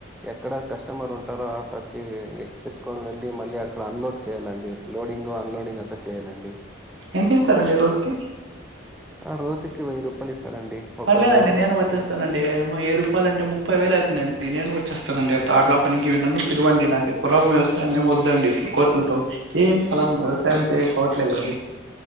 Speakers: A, in the centre; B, on the right.
A: ఎక్కడ కస్టమర్ ఉంటారో ఆ ఈ ఏ ఎత్తుకొని వెళ్ళి మళ్ళీ అక్కడ అన్లోడ్ చేయ్యాలండి లోడింగ్ అన్లోడింగ్ అంత చెయ్యాలండి
B: ఎంత ఇస్తారండి రోజుకి
A: ఆ రోజుకి వెయ్యి రూపాయలు ఇస్తారండి ఒక
B: పర్లేదండి
A: లోడు అ
B: <unintelligible> ఏమో ఏ రూపాలాంటె ముప్పై వేలు అవుతుందండి నేను వచ్చేస్తానండి తాళ్ళ పనికి నన్నూ పిలవండి నాకు పొలం వ్యవసాయం ఏమి వద్దండి ఇప్పుడు కోతులతో ఏం పొలం
A: అవునండి
B: వ్యవసాయం చేయకోవట్లేదండి